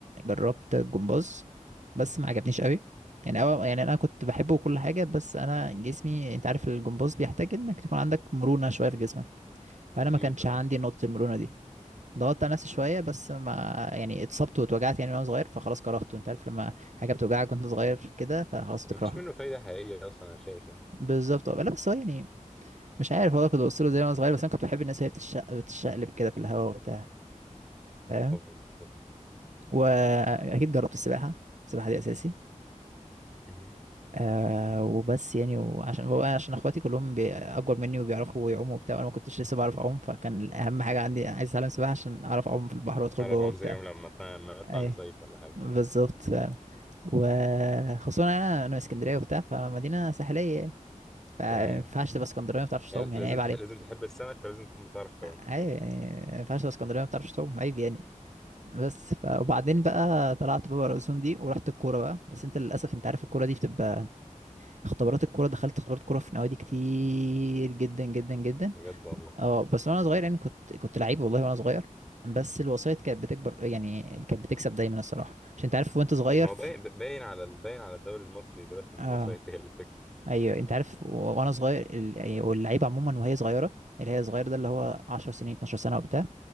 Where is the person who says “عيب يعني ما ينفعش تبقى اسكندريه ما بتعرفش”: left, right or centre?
Right